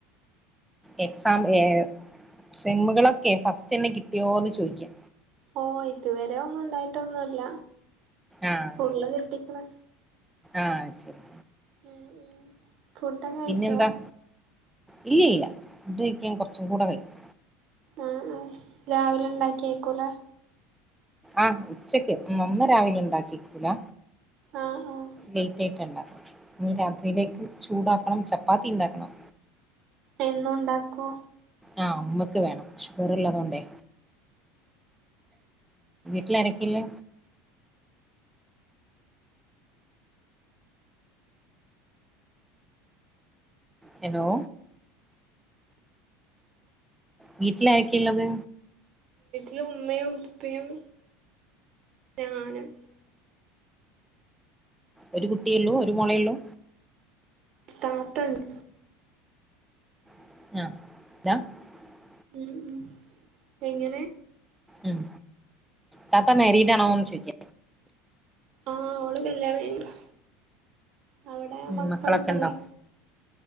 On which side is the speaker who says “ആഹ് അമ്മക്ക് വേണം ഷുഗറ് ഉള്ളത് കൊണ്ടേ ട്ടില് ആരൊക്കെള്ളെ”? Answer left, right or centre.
Centre